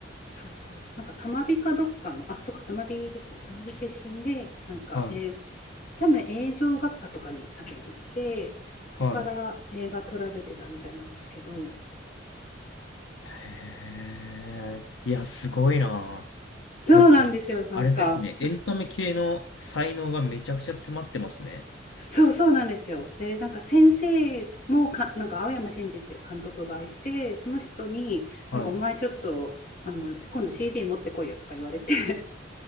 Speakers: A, on the left; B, on the left.
A: そうそうそう、なんかたまびかどっかの、あ、そうか、たまびですね、たまび出身で、なんか、
B: はい、
A: えー多分映像学科とかに多分行って、
B: はい。
A: そこから映画撮られてたみたいなんですけど、
B: へえ、いや、すごいな。
A: そうなんですよ、
B: なんか、
A: なんか、
B: あれですね。エンタメ系の才能がめちゃくちゃ詰まってますね。
A: そうそうなんですよ。で、なんか先生もか、なんか青山真治っていう監督がいて、その人に、
B: はい。
A: なんかお前ちょっと、あの、今度 CD 持ってこいよとか言われて